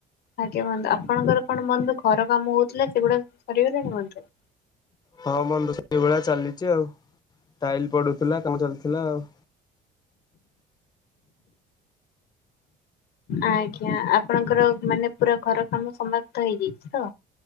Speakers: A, on the left; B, on the left.
A: ଆଜ୍ଞା ବନ୍ଧୁ ଆପଣଙ୍କର କଣ ବନ୍ଧୁ ଘର କାମ ହୋଉଥିଲା ସେଗୁଡାକ ସରିଗଲାଣି ବନ୍ଧୁ?
B: ହଁ ବନ୍ଧୁ ସେଇଭଳିଆ ଚାଲିଛି ଆଉ ଟାଇଲ ପଡୁଥିଲା କାମ ଚାଲିଥିଲା ଆଉ।
A: ଆଜ୍ଞା ଆପଣଙ୍କର ମାନେ ପୁରା ଘର କାମ ସମାପ୍ତ ହେଇଯାଇଛି ତ?